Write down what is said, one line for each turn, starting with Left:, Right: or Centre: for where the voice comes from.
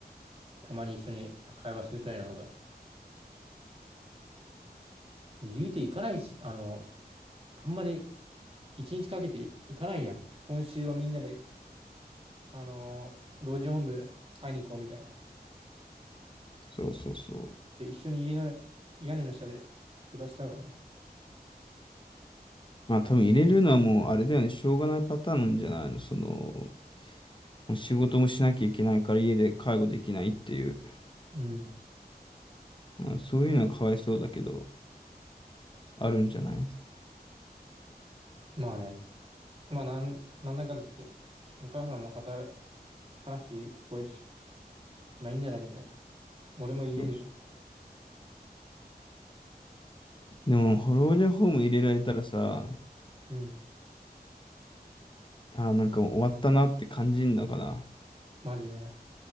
Right: たまに一緒に会話するくらいの方が。言うて行かないし、あの、あんまり一日かけて行かないやん。今週はみんなで、あの老人ホーム会いに行こうみたいな。
Left: そうそうそう。
Right: で、一緒に家の、屋根の下で暮らした方がね。
Left: まあ多分入れるのはもうあれだよね、しょうがないパターンなんじゃないの。その、もう仕事もしなきゃいけないから家で介護できないっていう。
Right: うん。
Left: まあ、そういうのはかわいそうだけど、あるんじゃない
Right: まあね。まあ、なん、なんだかんだ言って、お母さんも働かなくていいっぽいし、まあいいんじゃないみたいな。俺も家にいる。
Left: そうそう。でも、老人ホーム入れられたらさ、
Right: うん。
Left: あーなんかもう終わったなって感じんだから。
Right: マジで。